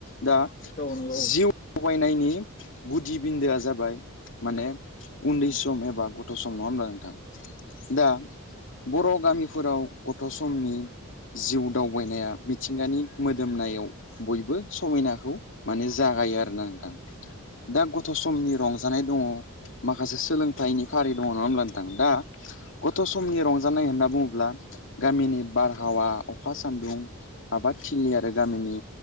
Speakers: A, on the left (about 60°); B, on the left (about 40°).
A: दा
B: नंगौ औ
A: जिउ दावबायनायनि गुदि बिन्दोआ जाबाय माने उन्दै
B: औ
A: सम एबा ग गथ' सम नङा होनब्ला नोंथां। दा बर' गामि फोराव गथ' समनि जिउ दावबायनाया मिथिंगानि मोदोमनायाव बयबो समिनाखौ माने जागायो आरोना नोंथां दा गथ' समनि रं जानाय दङ। माखासे सोलोंथाइनि फारि दंङ नङा होनब्ला नोंथां दा गथ' समनि रंजानाय होनना बुङोब्ला गामिनि बारहावा अखा सान्दुं आबाद थिलि आरो गामिनि